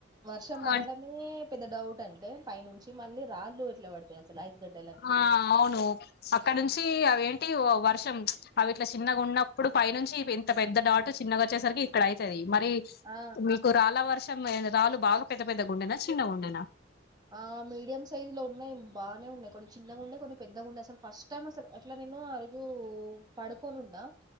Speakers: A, on the right (about 20°); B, on the left (about 55°).
A: వర్షం పడడమే
B: ఆ
A: పెద్దడౌట్ అంటే పైనుంచి మళ్ళీ రాళ్ళు ఇట్లా పడతాయి అసలు ఐస్ గడ్డలన్నీ
B: ఆ అవును అక్కడ నుంచి అవేంటి వర్షం అవి ఇట్లా చిన్నగా ఉన్నప్పుడు పైనుంచి ఇవి ఇంత పెద్ద డాటు చిన్నగా వచ్చేసరికి ఇక్కడ అయితది మరి
A: ఆ
B: మీకు రాలా వర్ష మొత్తం రాళ్ళు బాగా పెద్ద పెద్ద గుండెనా చిన్న గుండెనా
A: ఆ మీడియం సైజు లో ఉన్నాయ్ బాగానే ఉన్నాయి కొన్ని చిన్నగా ఉండే కొన్ని పెద్దగా ఉండే అసలు ఫస్ట్ టైమ్ అసలు అట్లా నేను ఆ రోజు పడుకోనున్నా